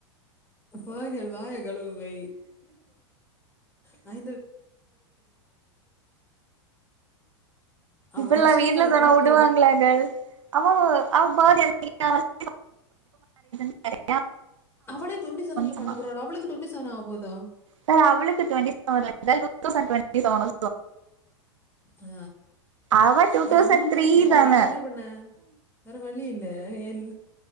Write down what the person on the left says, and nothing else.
வாய்கழுவு வாயகழுவு <inaudible> அவன்
வருஷ
யார்கிட்ட
அவளே டுவென்டி செவன்ல
பண்ண போறாளா அவளுக்கு டுவெண்டி செவன் ஆகபோதா
ஆ
ஏ நம்மளு
பண்ணிருவோ
இனி என்ன பண்ண வேற வழி இல்ல என்